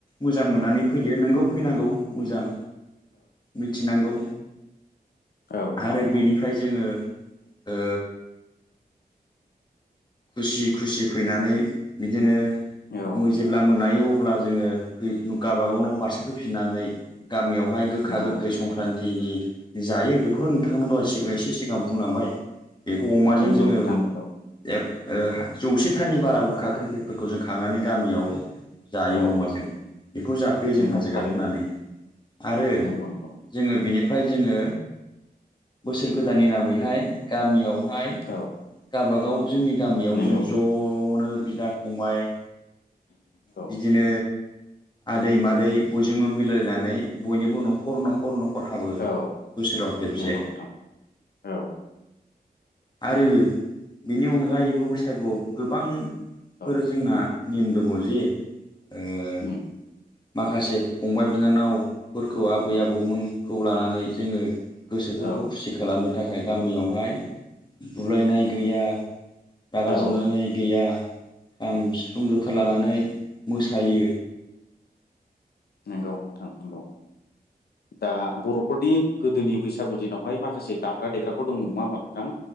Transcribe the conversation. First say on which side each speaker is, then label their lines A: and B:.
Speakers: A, on the left; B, on the left.
A: मोजां मोननानै फैयो नोंगौ फैनांगौ मोजां। मिथिनांगौ
B: औ‌ नंगौ
A: आरो
B: नोंथां।
A: बिनिफ्राय जोङो ओ खुसि खुसि फैनानै बिदिनो
B: औ
A: जेब्ला मोनायो अ ब्ला जोङो गावाबागाव नाव फारसे फैफिननानै गामियावहाय गोखा
B: नंगौ
A: गोखै संक्रान्थि नि जायो बेखौनो नोंथांआनो दहाय सिगां एसे सिगां बुंलांबाय। बेखौ अमाजों
B: नंगौ
A: जोङो।
B: नोंथां नंगौ
A: जौसेथानि बारा गोखा गोखैफोरखौ जों खांनानै गामियाव जायो
B: औ
A: अमाजों बेखौ जाफोयो जों
B: नंगौ
A: हाजो
B: थारैनो
A: गाखोनानै आरो
B: नंगौ नंगौ
A: जोङो बेनि फ्राय जोङो बोसोर गोदाननि नामैहाय गामियाव बेहाय
B: नोंथां। औ
A: गावबागाव जोंनि गामियाव
B: नंगौ
A: जों ज'नो बिदा फंबाय
B: औ
A: बिदिनो आदै मादै बयजोंबो मिलायनानै बयनिबो न'खर न'खर न' खर हाबो
B: औ
A: बोसोराव खेबसे
B: नंगौ नोंथां औ
A: आरो बिनि अनगायैबो बैसागुआव गोबांफोर
B: औ
A: जोंना नेम दङ' जे ओ
B: उम
A: माखासे फंबाय बिनानावफोरखौ आबै आबौमोनखौ लानानै जोङो गोसोफोरखौ
B: औ
A: खुसि खालामनो थाखाय गामियावहाय बुलायनाय गैया रागा
B: औ
A: जोंलायनाय गैया खाम सिफुं जथा लानानै मोसायो
B: नंगौ नोंथां नंगौ दा बर'फोरनि गोदोनि बैसागु दिनावहाय माखासे दाम ग्रा देग्राफोर दङ'मोन नङा होमबा नोंथां